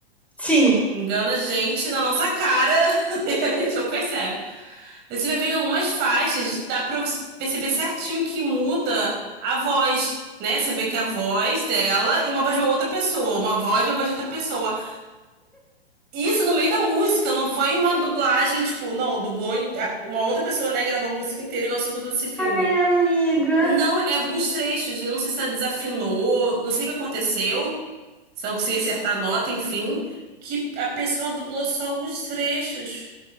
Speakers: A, in the centre; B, on the right (about 30°).
A: Sim.
B: Engana a gente na nossa cara <laughs> e a gente não percebe. Você vai ver que algumas faixas dá pra você perceber certinho que muda a voz, né? Você vê que a voz dela e uma voz de uma outra pessoa, uma voz e uma voz de outra pessoa. Isso no meio da música, não foi uma dublagem, tipo, não, dublou em- a- uma outra pessoa, né, gravou a música inteira igual você contou desse filme.
A: Ai, amiga.
B: Não, é alguns trechos, eu não sei se ela desafinou, não sei o que aconteceu, se ela conseguiu acertar a nota, enfim, que a pessoa dublou só alguns trechos.